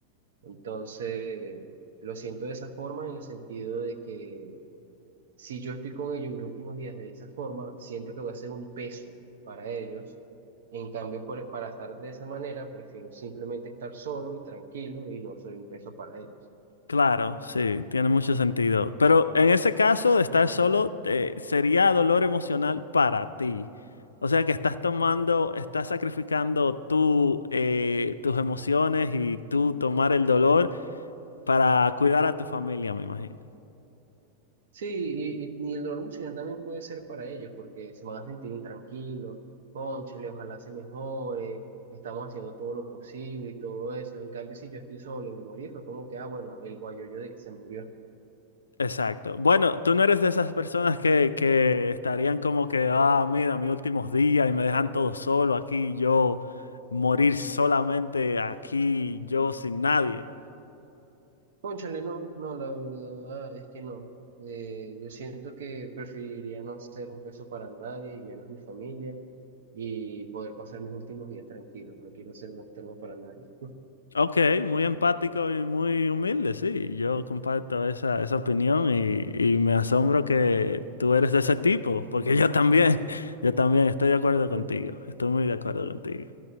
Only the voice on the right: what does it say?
Entonces, lo siento de esa forma en el sentido de que si yo estoy con ellos en mis últimos días de esa forma, siento que voy a ser un peso para ellos. En cambio, por- para estar de esa manera, prefiero simplemente estar solo y tranquilo y no soy un peso para ellos.
Sí, y, y, y el dolor emocional también puede ser para ellos porque se van a sentir intranquilos, cónchale, ojalá se mejore, estamos haciendo todo lo posible y todo eso. En cambio, si yo estoy solo y me morí, fue como que, ah, bueno, el guayoyo de que se murió.
Cónchale, no, no, la verdad es que no. Eh, yo siento que preferiría no ser un peso para nadie y menos mi familia y poder pasar mis últimos días tranquilos. No quiero ser un estorbo para nadie.
<laughs>